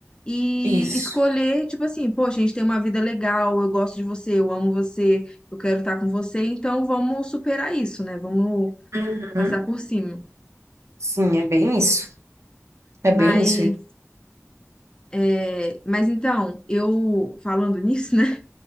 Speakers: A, on the left (about 20°); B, on the right (about 70°).
A: E
B: isso.
A: escolher, tipo assim, poxa, a gente tem uma vida legal, eu gosto de você, eu amo você, eu quero estar com você, então vamos superar isso, né? Vamos
B: Uhum.
A: passar por cima.
B: Sim, é bem isso. É
A: Mas,
B: bem isso.
A: é, mas então, eu falando <laughs> nisso, né?